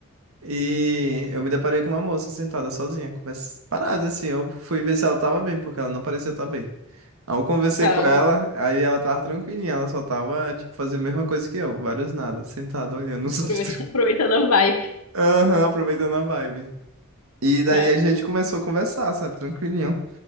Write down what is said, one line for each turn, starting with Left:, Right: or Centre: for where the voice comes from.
Right: E eu me deparei com uma moça sentada sozinha, conversa... parada assim. Eu fui ver se ela tava bem, porque ela não parecia estar bem. Aí eu conversei
Left: Tá,
Right: com ela,
Left: aprove-
Right: aí ela tava tranquilinha, ela só tava, tipo, fazendo a mesma coisa que eu, vários nada, sentada, olhando
Left: <laughs>
Right: os <laughs> outros.
Left: aproveitando a vibe.
Right: Aham, aproveitando a vibe. E daí
Left: Tá.
Right: a gente começou a conversar, sabe, tranquilinho.